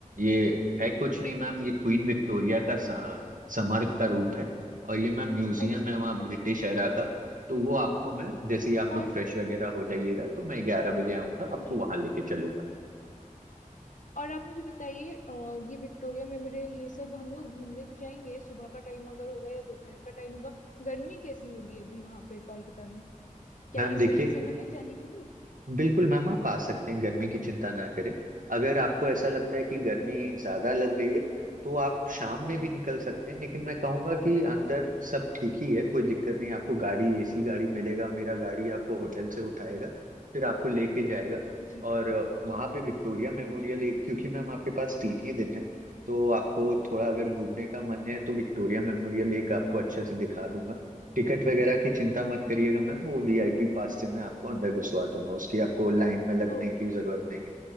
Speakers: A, on the right; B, on the left.
A: ये है कुछ नहीं मैम
B: जी
A: ये क्वीन विक्टोरिया का सा- स्मारक का रूप है और ये मैम म्यूजियम
B: अच्छा
A: है वहाँ
B: अच्छा
A: ब्रिटिश एरा का तो वो आपको मैं जैसे ही आप
B: और
A: लोग फ्रेश वगैरह हो जाइएगा तो मैं ग्यारह बजे आऊंगा आपको
B: जी
A: वहां लेके चलूंगा
B: और आप मुझे बताइए अ, ये विक्टोरिया मेमोरियल ये सब हम लोग घूमने तो जाएंगे सुबह का टाइम अगर होगा या दोपहर का टाइम होगा गर्मी कैसी होगी अभी वहां पे कोलकाता में क्या
A: मैम
B: ये
A: देखिए
B: सही समय है जाने के लिए
A: बिल्कुल मैम आप आ सकते हैं गर्मी की चिंता ना करें अगर आपको ऐसा लगता है कि गर्मी ज्यादा लग रही है तो आप शाम में भी निकल सकते हैं लेकिन मैं कहूंगा कि अंदर सब ठीक ही है कोई दिक्कत नहीं आपको गाड़ी एसी गाड़ी मिलेगा मेरा गाड़ी आपको होटल से उठाएगा फिर आपको लेके जाएगा
B: जी
A: और वहां पे विक्टोरिया मेमोरियल एक क्योंकि मैम आपके पास तीन ही दिन है तो आपको थोड़ा अगर
B: जी
A: घूमने का मन है तो विक्टोरिया मेमोरियल एक आपको
B: हाँ
A: अच्छे
B: हाँ
A: से दिखा दूंगा टिकट वगैरह की चिंता मत करिएगा मैम वो वीआईपी पास से मैं आपको अंदर घुसवा दूंगा उसकी आपको लाइन में लगने
B: ओके
A: की जरूरत नहीं है